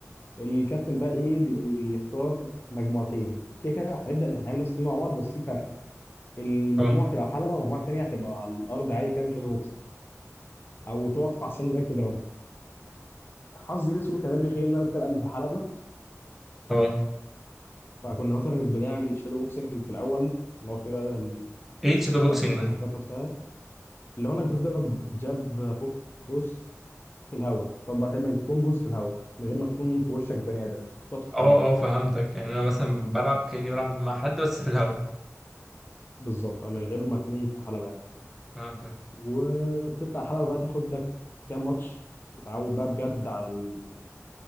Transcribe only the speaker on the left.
الكابتن بقى ايه بي- بيختار مجموعتين كده كده هنبدا هنعمل نفس التيم مع بعض بس في فرق المجموعه
تبقى حلبه والمجموعه التانيه هتبقى على الارض عادي تعمل شادو بوكسنج او تقف على الساند باك تضربها حظي الاسود كان بيخيل ان انا الفرقه اللي في الحلبه
فكنا مثلا بنعمل شادو بوكسنج في الاول اللي هو كده
البراكتس
الحركات
نفسها اللي هو انك بتضرب جاب هوك كروس في الهواء طب بقى تعمل كومبوز في الهواء من غير ما تكون في وشك بني ادم يعني تقعد تتحرك
بالظبط أو من غير ما تكون في حلبه يعني.
وبتطلع الحلبة بقى تاخد لك كام ماتش تتعود بقى بجد على ال-